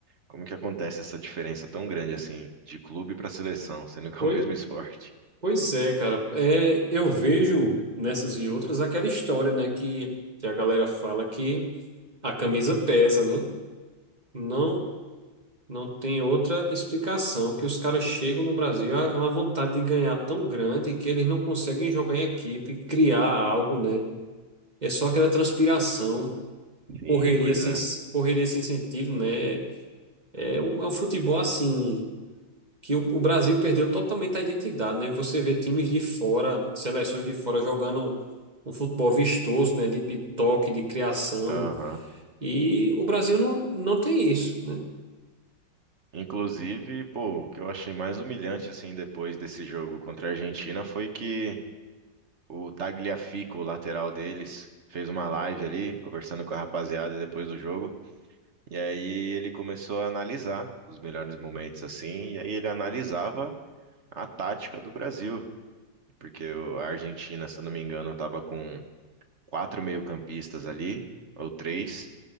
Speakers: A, on the right; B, on the right.
A: como que acontece essa diferença tão grande assim, de clube pra seleção, sendo que é
B: Pois,
A: o mesmo <laughs> esporte.
B: pois é, cara. É, eu vejo nessas e outras aquela história, né? Que, que a galera fala que a camisa pesa, né? Não, Não tem outra explicação que os caras chegam no Brasil a a uma vontade de ganhar tão grande que eles não conseguem jogar em equipe, criar algo, né? É só aquela transpiração,
A: Sim,
B: correria
A: pois
B: sem,
A: é.
B: correria sem sentido, né? É é um, é um futebol assim que o, o Brasil perdeu totalmente a identidade, né? Você vê times de fora, seleções de fora jogando um futebol vistoso, né? De, de toque, de criação.
A: Aham.
B: E o Brasil não, não tem isso, né?
A: Inclusive, pô, o que eu achei mais humilhante, assim, depois desse jogo contra a Argentina foi que o Tagliafico, o lateral deles, fez uma live ali, conversando com a rapaziada depois do jogo. E aí ele começou a analisar os melhores momentos, assim, e aí ele analisava a tática do Brasil. Porque o- a Argentina, se eu não me engano, estava com quatro meio-campistas ali, ou três.